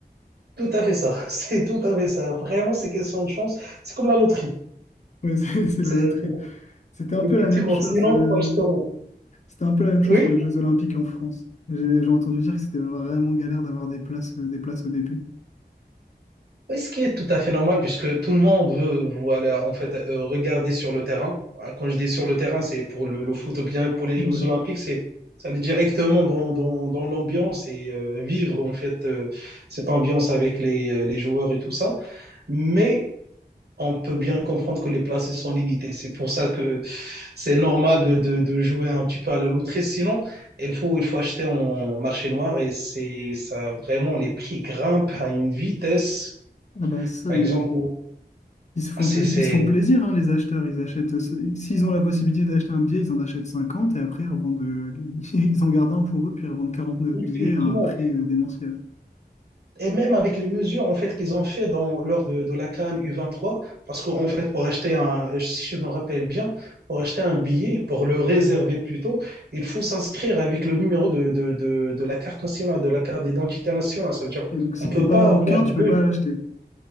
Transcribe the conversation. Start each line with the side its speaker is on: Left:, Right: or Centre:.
Right: Tout à fait ça. <laughs> C'est tout à fait ça. Vraiment, c'est question de chance. C'est comme la loterie.
Left: Ouais, <laughs> c'est c'est
Right: C'est
Left: la loterie.
Right: c'est-
Left: C'était un peu
Right: effectivement,
Left: la même chose.
Right: sinon,
Left: euh,
Right: il faut acheter en...
Left: C'était un peu la même chose
Right: Oui?
Left: pour les Jeux Olympiques en France. J'ai j'ai entendu dire que c'était vraiment galère d'avoir des places, euh, des places au début.
Right: Oui, ce qui est tout à fait normal, puisque tout le monde veut, voilà, en fait, euh, regarder sur le terrain. Ah, Quand je dis sur le terrain, c'est pour le, le foot ou bien pour les
Left: Ouais.
Right: Jeux Olympiques, c'est ça aller directement dans, dans, dans l'ambiance et euh, vivre, en fait, euh, cette ambiance avec les, les joueurs et tout ça. Mais on peut bien comprendre que les places sont limitées. C'est pour ça que c'est normal de, de, de jouer un petit peu à la loterie. Sinon, il faut, il faut acheter en marché noir et c'est ça, vraiment, les prix grimpent à une vitesse.
Left: Ah bah ça,
Right: Par
Left: les-
Right: exemple,
Left: ils se font
Right: ah, C'est,
Left: plaisir,
Right: c'est-
Left: ils se font plaisir, hein, les acheteurs. Ils achètent, euh, s'ils ont la possibilité d'acheter un billet, ils en achètent 50 et après ils revendent, euh, <laughs> ils en gardent un pour eux, puis ils revendent neuf
Right: Effectivement.
Left: billets à un prix euh, démentiel.
Right: Et même avec les mesures en fait qu'ils ont fait dans, lors de, de la CAN U23, parce qu'en fait, pour acheter un, si je me rappelle bien, pour acheter un billet, pour le réserver plutôt, il faut s'inscrire avec le numéro de, de, de, de la carte nationale, de la carte d'identité nationale. Ça veut dire
Left: Et donc, si
Right: on peut
Left: t'es pas
Right: pas
Left: marocain,
Right: avoir
Left: tu
Right: deux
Left: peux pas l'acheter.